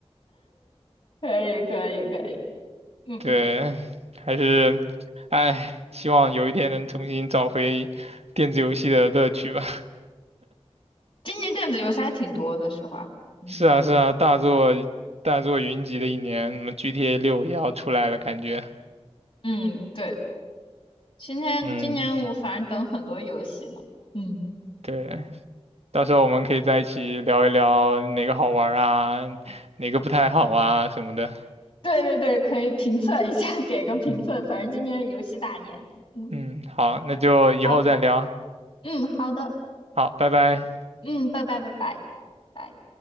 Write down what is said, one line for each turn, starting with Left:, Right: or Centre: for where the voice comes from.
Left: 可以，可以，可以。嗯，
Right: 对，还是，哎，希望有一天能重新找回电子游戏的乐趣吧。<laughs>
Left: 今年电子游戏还挺多的，实话。嗯，
Right: 是啊，是啊，大作大作云集的一年，什么 GTA 六也要出来了，感觉。
Left: 嗯，对，今年今年我反正等很多游戏呢。
Right: 嗯，
Left: 嗯，
Right: 对，到时候我们可以在一起聊一聊哪个好玩儿啊，哪个不太好啊什么的。
Left: <laughs> 对对对，可以评测一下，<laughs> 给个评测。
Right: 嗯
Left: 反正今年是游戏大年。嗯，
Right: 嗯，好，那就以后再聊。
Left: 好，嗯，好的，
Right: 好，拜拜。
Left: 嗯，拜拜拜拜。拜。